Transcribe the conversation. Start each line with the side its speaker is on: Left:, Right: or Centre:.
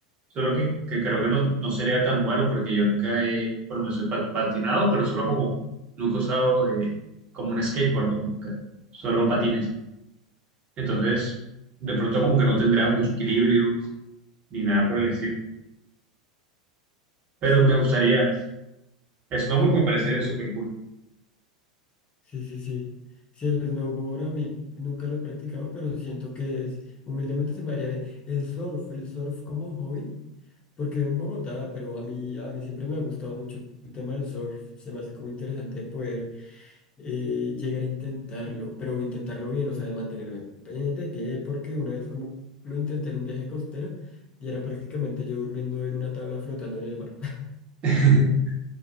Right: Solo que, que creo que no, no sería tan bueno porque yo nunca he, bueno no sé, pa- patinado, pero solo como, nunca he usado eh, como un skateboard, no, nunca. Solo patines. Entonces, de pronto como que no tendrá mucho equilibrio ni nada por el estilo. Pero
Left: Sí,
Right: me
Left: no,
Right: gustaría,
Left: eso, eh,
Right: snowboard
Left: es
Right: me
Left: un
Right: parece
Left: tema.
Right: súper cool.
Left: Sí, sí, sí. Sí, el snowboard a mí nunca lo he practicado, pero siento que es, humildemente se me haría bien. El surf, el surf como hobby. Porque vivo en Bogotá, pero a mí, a mí siempre me ha gustado mucho el tema del surf. Se me hace como interesante poder eh, llegar a intentarlo, pero intentarlo bien, o sea, de mantenerme eh, de pie, porque una vez como lo intenté en un viaje costero y era prácticamente yo durmiendo en una tabla flotando en el mar. <laughs>
Right: <laughs>